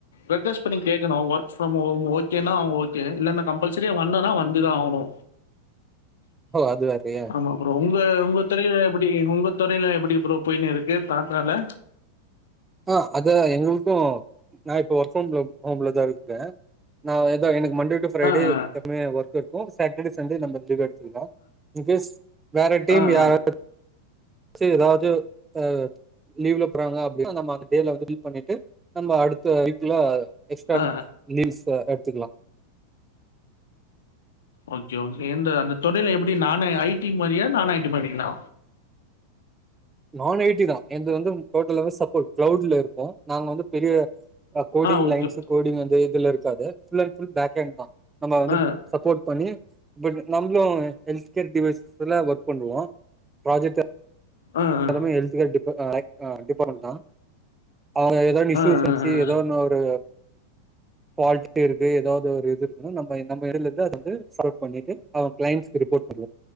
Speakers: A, on the left; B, on the right.
A: ரிக்வெஸ்ட் பண்ணி கேக்கணு ஒர்க்ஃப்ரம் ஹோம் ஓகேன்னா அவங்க ஓகே இல்லன்னா கம்பல்சரி வந்துனா வந்துதா ஆகனு
B: அது வேறயா
A: ஆமா ப்ரோ உங்க உங்க துறையில எப்டி உங்க துறையில எப்படி ப்ரோ போயினு இருக்கு தாத்தால
B: ஆ அத எங்களுக்கு நா இப்ப ஒர்க் ஃபரம் ஹோம் ஹோம்ல தா இருக்கே நா ஏதா எனக்கு மண்டே டு ஃரைடே
A: ஆ, ஆ,
B: எப்பவுமே ஒர்க் இருக்கு சாட்டர்டே சண்டே நம்ம <unintelligible> இன்கேஸ் வேற டீம்
A: ஆ,
B: யாராவது செ ஏதாவது அ லீவ்ல போறாங்க அப்படின்னா நம்ம அந்த டேல வந்து பில் பண்ணிட்டு நம்ம அடுத்த வீக்ல எக்ஸ்ட்ரா
A: ஆ.
B: ரீல்ஸ் எடுத்துக்கலா
A: ஓகே ஓகே எந்த அந்த தொழில் எப்படி நானு ஐ டி மாரியா நான் ஐ டி மாறீங்களா
B: நான் ஐ டி தா எது வந்து டோட்டலாவே சப்போட் க்ளவுட்ல இருக்கு நாங்க வந்து பெரிய கோடிங்
A: ஆ ஓகே.
B: லைன்ஸ் கோடிங் வந்து இதுல இருக்காது ஃபுல் அண்ட் ஃபுல் பேக்கண்ட் தா நம்ம வந்து
A: ஆ.
B: சப்போட் பண்ணி பட் நம்ளு ஹெல்த் கேர் டிவைஸ் ஒர்க் பண்ணுவோ ப்ராஜெக்ட்
A: ஆ ஆ
B: எல்லாமே ஹெல்த் ஹேர் டிபா டிபார்ட்மெண்ட் தா அவ ஏதாது இஷ்யூஸ்
A: ஆ ஆ
B: வன்ச்சு ஏதோ
A: ஆ
B: ஒன்ன ஒரு ஃபால்ட் இருக்கு ஏதாவது ஒரு இது இருக்குன்னு நம்ம நம்ம இடல இருந்து அத வந்து சால்வ் பண்ணிட்டு அவ கிளைண்ட்ஸ்கு ரிப்போட் பண்ணுவோ